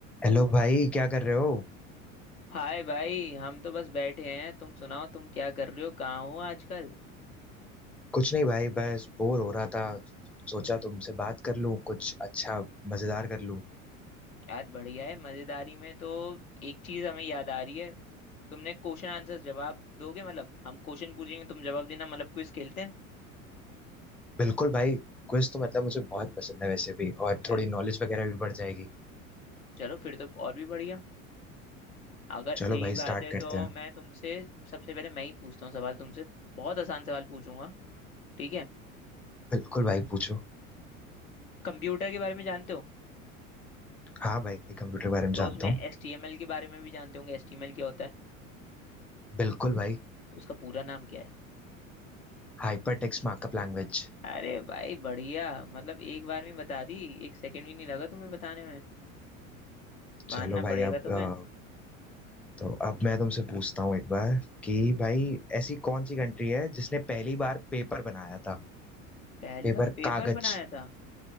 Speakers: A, in the centre; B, on the left.
A: Hello भाई क्या कर रहे हो
B: हाय भाई हम तो बस बैठे हैं तुम सुनाओ तुम क्या कर रहे हो कहाँ हो आजकल
A: कुछ नहीं भाई बस बोर हो रहा था तो सोचा तुमसे बात कर लूं कुछ अच्छा मजेदार कर लूं
B: यार बढ़िया है मजेदारी में तो एक चीज हमें याद आ रही है तुमने क्वेश्चन आंसर जवाब दोगे मतलब हम क्वेश्चन पूछेंगे तुम जवाब देना मतलब क्विज खेलते हैं
A: बिल्कुल भाई क्विज तो मतलब मुझे बहुत पसंद है वैसे भी और
B: चलो
A: थोड़ी नॉलेज वगैरह भी बढ़ जाएगी
B: चलो फिर तो और भी बढ़िया अगर
A: चलो
B: यही
A: भाई
B: बात
A: स्टार्ट
B: है तो
A: करते हैं
B: मैं तुमसे सबसे पहले मैं ही पूछता हूँ सवाल तुमसे बहुत आसान सवाल पूछूंगा ठीक है
A: बिल्कुल भाई पूछो
B: कंप्यूटर के बारे में जानते हो
A: हाँ भाई कंप्यूटर के बारे में
B: तो
A: जानता
B: उसमें
A: हूँ
B: एच टी एम एल के बारे में भी जानते होंगे एच टी एम एल क्या होता है
A: बिल्कुल भाई
B: उसका पूरा नाम क्या है
A: Hyper text markup language
B: अरे भाई बढ़िया मतलब एक बार में बता दी एक सेकंड भी नहीं लगा तुम्हें बताने में मानना
A: चलो भाई
B: पड़ेगा
A: अब
B: तुम्हें
A: अ, तो अब मैं तुमसे पूछता हूँ एक बार कि भाई ऐसी कौन सी कंट्री है जिसने पहली बार पेपर बनाया था
B: पहली
A: पेपर
B: बार पेपर
A: कागज
B: बनाया था